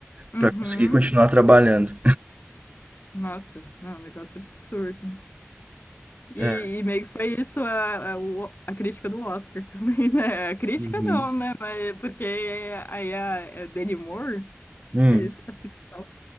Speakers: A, on the left; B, on the right.
A: Uhum.
B: Pra conseguir continuar trabalhando.
A: Nossa, não, é um negócio absurdo. E,
B: É.
A: e meio que foi isso a, a, o- a crítica do Oscar <laughs> também, né? A crítica
B: Uhum.
A: não, né? Mas porque aí a, a Demi Moore,
B: Hum,
A: acho que é isso, assim que se fala.